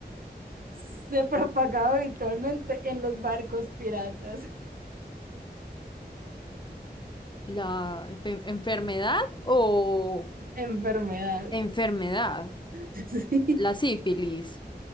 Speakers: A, on the right; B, on the left.
A: <laughs> se propagaba habitualmente en los barcos piratas?
B: ¿La enfe- enfermedad o
A: <laughs> Enfermedad.
B: enfermedad?
A: <laughs> Sí.
B: La sífilis.